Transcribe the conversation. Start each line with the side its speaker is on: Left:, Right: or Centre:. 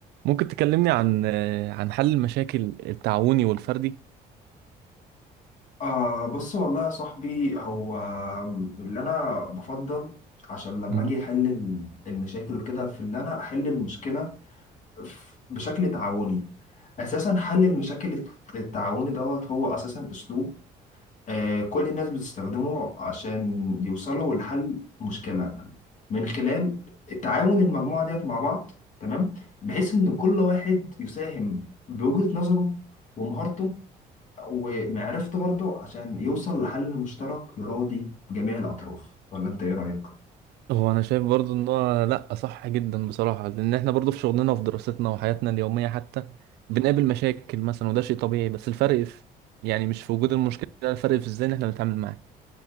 Right: ممكن تكلمني عن آه، عن حل المشاكل التعاوني والفردي
Left: آه بص والله يا صاحبي هو اللي أنا بفضل عشان لما
Right: مم.
Left: أجي أحل المشاكل وكده في اللي أنا أحل المشكلة ف- بشكل تعاوني أساسا حل المشاكل الت- التعاوني دوت هو أساسا أسلوب آه كل الناس بتستخدمه عشان يوصلوا لحل مشكلة من خلال تعاون المجموعة ديت مع بعض تمام بحيث إن كل واحد يساهم بوجهة نظره ومهارته ومعرفت برضه عشان يوصل لحل مشترك يراضي جميع الأطراف ولا أنت إيه رأيك؟
Right: هو انا شايف برضو ان هو لا صح جدا بصراحة لان احنا برضو في شغلنا وفي دراستنا وحياتنا اليومية حتى بنقابل مشاكل مثلا وده شيء طبيعي بس الفرق في يعني مش في وجود المشكلة الفرق في ازاي إن احنا بنتعامل معاها